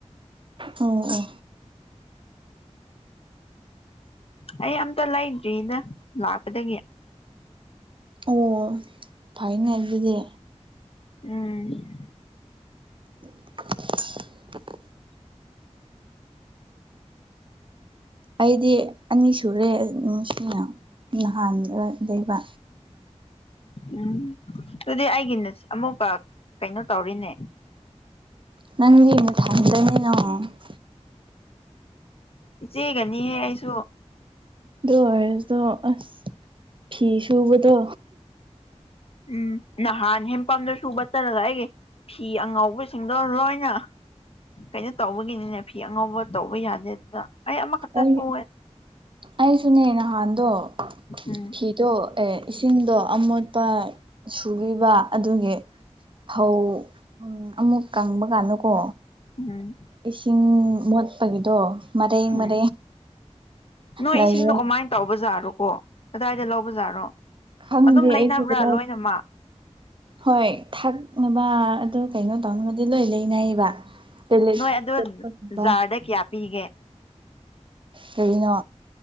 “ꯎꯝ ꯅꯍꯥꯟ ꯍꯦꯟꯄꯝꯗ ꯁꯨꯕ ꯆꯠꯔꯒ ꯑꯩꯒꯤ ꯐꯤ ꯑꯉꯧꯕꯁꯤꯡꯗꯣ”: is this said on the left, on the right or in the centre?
Left